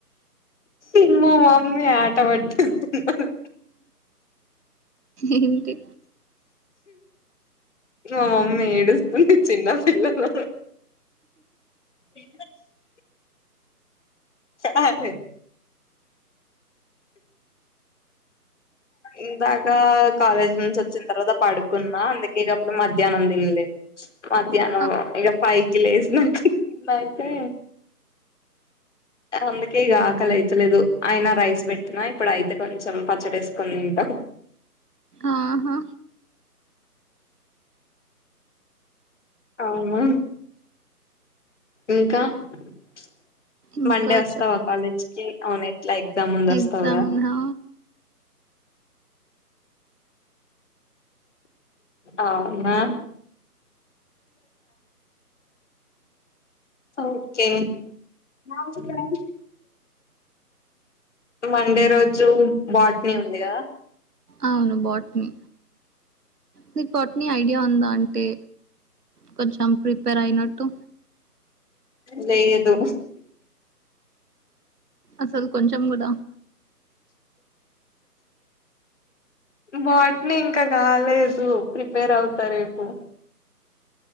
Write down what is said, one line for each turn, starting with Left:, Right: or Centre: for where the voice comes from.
Left: ఏమో మమ్మీ ఆట పట్టిస్థాని
Right: ఏంటి
Left: మా మమ్మీ ఏడుస్తుంది చిన్నపిల్లల ఎ అ అదే ఇందాకా కాలేజ్ నుంచి వచ్చిన తర్వాత పడుకున్నా అందుకేగప్పుడు మధ్యాహ్నం దిన్లె మధ్యాహ్నం
Right: ఆ,
Left: ఇగ ఫై కి లేసిన కింద అయితే అందుకే ఇగ ఆకలి అయితలేదు అయినా రైస్ పెట్టినా ఇప్పుడు అయితే కొంచెం పచ్చడేసుకొని దింట
Right: ఆహా
Left: అవునా ఇంకా ప్చ్
Right: ఇంకా
Left: మండే వస్తావా
Right: చెప్
Left: కాలేజ్ కి అవున ఎట్లా ఎగ్జామ్ ఉంది వస్తావ్
Right: ఎగ్జామ్
Left: గా
Right: ఉందా
Left: అవునా ఓకే నాయి గాయి మండే రోజు బాట్నీ ఉంది గదా
Right: అవును బాట్ని నీకు బాట్నీ ఐడియా ఉందా అంటే కొంచెం ప్రిపేర్ అయినట్టు
Left: లేదు
Right: అసలు కొంచం కూడ
Left: వాటిని ఇంక కాలేదు ప్రిపేర్ అవుతారేపు